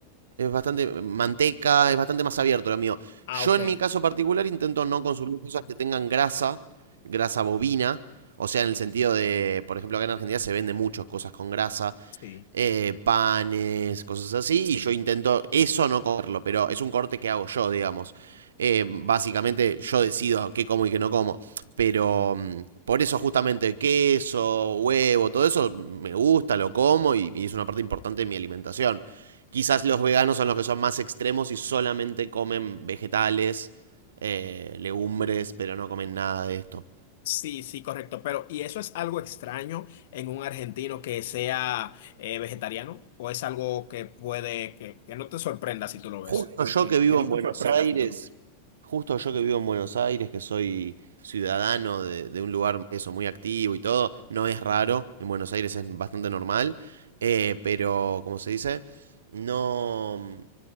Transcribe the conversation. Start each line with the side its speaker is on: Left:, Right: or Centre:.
Right: es bastante manteca, es bastante más abierto lo mío.
Left: Ah,
Right: Yo
Left: ok.
Right: en mi caso particular intento no consumir cosas que tengan grasa, grasa bovina, o sea, en el sentido de, por ejemplo, acá en Argentina se venden muchas cosas con grasa,
Left: Sí.
Right: eh, panes, cosas así, y yo intento eso no comerlo, pero es un corte que hago yo, digamos. Eh, básicamente yo decido qué como y qué no como, pero mm, por eso justamente queso, huevo, todo eso me gusta, lo como y, y es una parte importante de mi alimentación. Quizás los veganos son los que son más extremos y solamente comen vegetales, eh, legumbres, pero no comen nada de esto.
Left: Sí, sí, correcto. Pero, ¿y eso es algo extraño en un argentino que sea eh, vegetariano? ¿O es algo que puede, que, que no te sorprenda si tú lo ves?
Right: Justo yo que vivo en Buenos Aires, Justo yo que vivo en Buenos Aires, que soy ciudadano de, de un lugar eso, muy activo y todo, no es raro, en Buenos Aires es bastante normal, eh, pero como se dice, no,